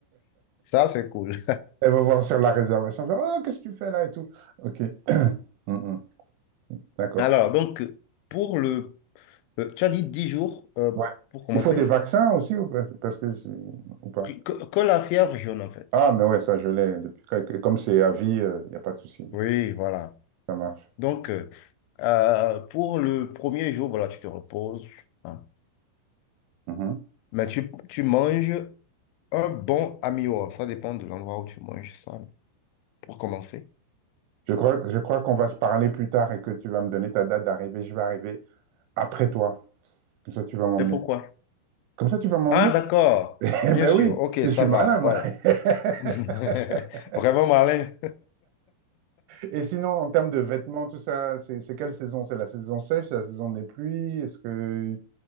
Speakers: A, on the left; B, on the right.
A: Ça, c'est cool.
B: Elle va voir sur la réservation. elle va faire, Oh, qu'est-ce que tu fais là et tout. OK. Hmm, hmm.
A: <laughs>
B: D'accord.
A: Alors, donc, pour le... euh, tu as dit 10 jours, euh,
B: Ouais.
A: pour commencer?
B: Il faut des vaccins aussi, ou pas parce que c'est- ou pas.
A: que, que- que la fièvre jaune, en fait.
B: Ah, mais ouais, ça je l'ai depuis quelques- Comme c'est à vie, il n'y a pas de souci.
A: Oui, voilà.
B: Ça marche.
A: Donc, euh, euh, pour le premier jour, voilà, tu te reposes. hein.
B: Mhm.
A: Mais tu, tu manges un bon amio. Ça dépend de l'endroit où tu manges ça, pour commencer.
B: Je crois, je crois qu'on va se parler plus tard et que tu vas me donner ta date d'arrivée. Je vais arriver après toi. Comme ça, tu vas m'emmener.
A: Et pourquoi?
B: Comme ça, tu vas m'emmener?
A: Ah, d'accord.
B: <laughs> Eh
A: Bien
B: ben
A: sûr.
B: oui,
A: OK,
B: je suis
A: ça
B: malin,
A: va.
B: moi.
A: Ouais.
B: <laughs>
A: <laughs> Vraiment malin.
B: Et sinon, en termes de vêtements, tout ça, c'est c'est quelle saison? C'est la saison sèche, c'est la saison des pluies? Est-ce que